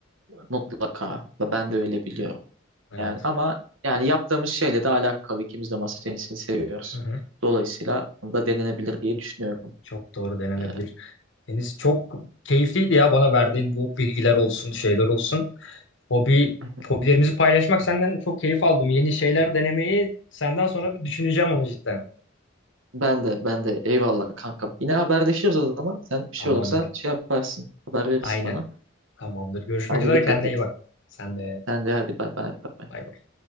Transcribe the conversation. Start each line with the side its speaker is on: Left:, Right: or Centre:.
Right: Mutlaka. Ve Ben de öyle biliyorum.
Left: Evet.
Right: Yani ama yani yaptığımız şeyle de alakalı ikimiz de masa tenisini seviyoruz.
Left: Hı hı.
Right: Dolayısıyla bunu da denenebilir diye düşünüyorum.
Left: Çok doğru denenebilir.
Right: E,
Left: Deniz çok keyifliydi ya bana verdiğin bu bilgiler olsun, şeyler olsun. Hobi,
Right: yani,
Left: hobilerimizi paylaşmak senden çok keyif aldım. Yeni şeyler denemeyi senden sonra bir düşüneceğim onu cidden.
Right: Ben de ben de eyvallah kankam. Yine haberleşiriz o zaman. Sen bir şey
Left: Tamamdır.
Right: olursa şey yaparsın. Haber verirsin
Left: Aynen.
Right: bana.
Left: Tamamdır. Görüşmek
Right: Hadi
Left: üzere.
Right: dikkat
Left: Kendine
Right: et.
Left: iyi bak. Sen de.
Right: Sen de hadi bay bay. bay bay.
Left: Bay bay.